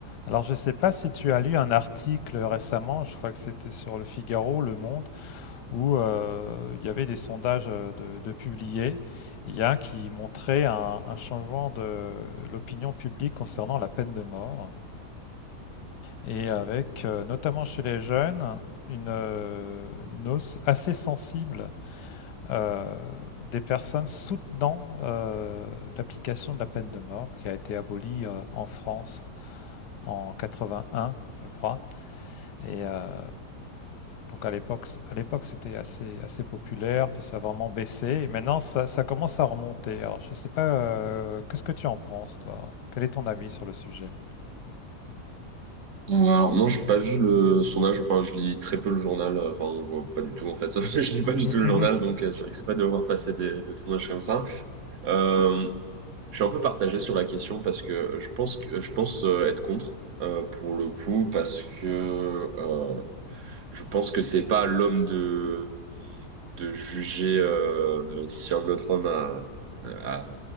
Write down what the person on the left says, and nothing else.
Alors, je ne sais pas si tu as lu un article récemment, je crois que c'était sur Le Figaro, Le Monde, où euh, il y avait des sondages euh, de, de publiés. Il y a un qui montrait un, un changement de l'opinion publique concernant la peine de mort, et avec euh, notamment chez les jeunes une, euh, une hausse assez sensible euh, des personnes soutenant euh, l'application de la peine de mort qui a été abolie euh, en France en 81, je crois. Et euh, donc à l'époque, à l'époque, c'était assez, assez populaire, puis ça a vraiment baissé. Et maintenant, ça, ça commence à remonter. Alors, je ne sais pas, euh, qu'est-ce que tu en penses, toi? Quel est ton avis sur le sujet?
Mhm,
<laughs>